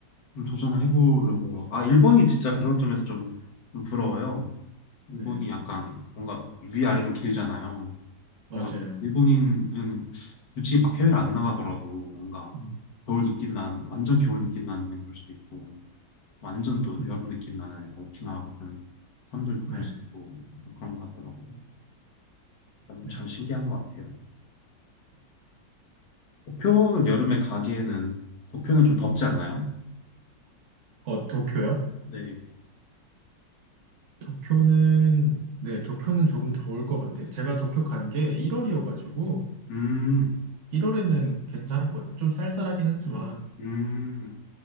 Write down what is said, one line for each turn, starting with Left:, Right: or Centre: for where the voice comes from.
Left: 좀 도전을 해보려고요. 아, 일본이 진짜 그런 점에서 좀, 좀 부러워요. 일본이
Right: 네,
Left: 약간 뭔가 위아래로 길잖아요.
Right: 맞아요.
Left: 그래가지고 일본인은 굳이 막 해외를 안 나가더라도 뭔가
Right: 음,
Left: 겨울 느낌 난, 완전 겨울 느낌 나는 그럴 수도 있고 완전 또
Right: 음,
Left: 여름 느낌 나는 약간 오키나와 같은 섬들도
Right: 네.
Left: 갈 수 있고 뭐 그런 것 같더라고요. 그다음에
Right: 네.
Left: 참 신기한 것 같아요. 도쿄는 여름에 가기에는 도쿄는 좀 덥지 않나요?
Right: 어, 도쿄요?
Left: 네,
Right: 도쿄는, 네, 도쿄는 조금 더울 것 같아요. 제가 도쿄 간 게 1월이어가지고,
Left: 음,
Right: 1월에는 괜찮았거든요. 좀 쌀쌀하긴 했지만,
Left: 음,